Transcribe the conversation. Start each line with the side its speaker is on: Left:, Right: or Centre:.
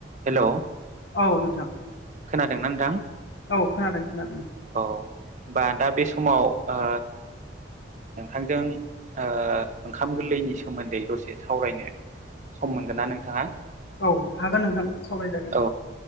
Right: हेल'।
Left: औ नोंथां।
Right: खोनादोंना नोंथां।
Left: औ खोनादों-खोनादों।
Right: औ होमबा दा बे समाव ओ नोंथांजों ओ ओंखाम गोरलैनि सोमोन्दै दसे सावरायनो सम मोनगोन ना नोंथाङा?
Left: औ हागोन नोंथां। सावरायजागोन
Right: औ